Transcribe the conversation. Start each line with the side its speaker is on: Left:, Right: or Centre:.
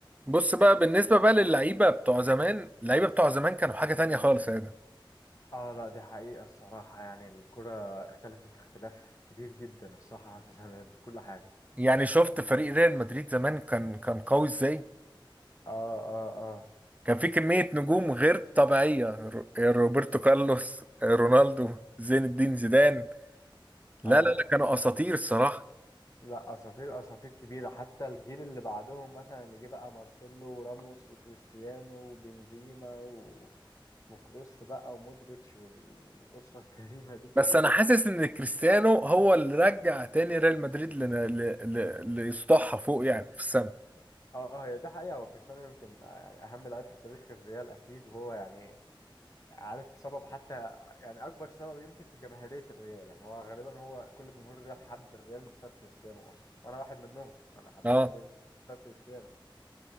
Right: بص بقى بالنسبة بقى للعيبة بتوع زمان اللعيبة بتوع زمان كانوا حاجة تانية خالص يا ده
Left: اه لا دي حقيقة الصراحة يعني الكرة اختلفت اختلاف كبير جدا الصراحة <laughs> عن زمان في كل حاجة
Right: يعني شفت فريق ريال مدريد زمان كان كان قوي ازاي
Left: اه اه اه
Right: كان في كمية نجوم غير طبيعية رو- روبرتو كارلوس رونالدو زين الدين زيدان لا
Left: اه
Right: لا لا كانوا أساطير الصراحة
Left: لا اساطير اساطير كبيرة حتى الجيل اللي بعدهم مثلا اللي جه بقى مارسيلو وراموس وكريستيانو وبنزيما و... وكروس بقى ومودريتش والأسرة <laughs> الكريمة دي كلها
Right: بس أنا حاسس إن كريستيانو هو اللي رجع تاني ريال مدريد ل... ل... ل... ليسطحها فوق يعني في السما
Left: اه هي دي حقيقة هو كريستيانو يمكن يعني أهم لاعب في تاريخ الريال أكيد وهو يعني عارف سبب حتى يعني اكبر سبب يمكن في جماهيرية الريال يعني هو غالبا هو كل جمهور الريال حب الريال بسبب كريستيانو اصلا وانا واحد منهم انا حبيت
Right: اه
Left: الريال بسبب كريستيانو